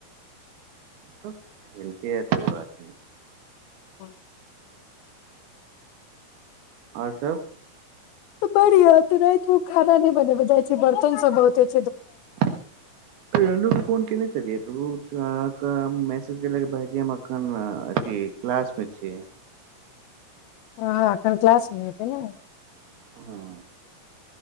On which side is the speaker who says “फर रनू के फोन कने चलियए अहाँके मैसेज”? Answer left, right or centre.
Right